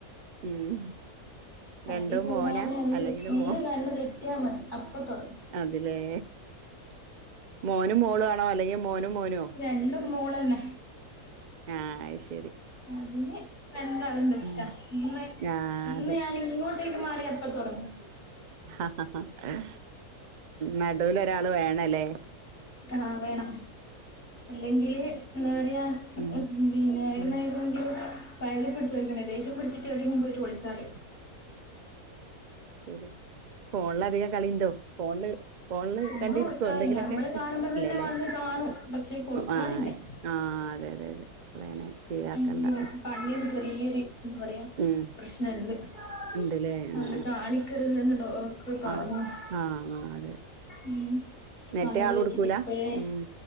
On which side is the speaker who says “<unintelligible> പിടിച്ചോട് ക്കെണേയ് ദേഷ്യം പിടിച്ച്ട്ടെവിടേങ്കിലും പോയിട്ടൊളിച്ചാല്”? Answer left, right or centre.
Left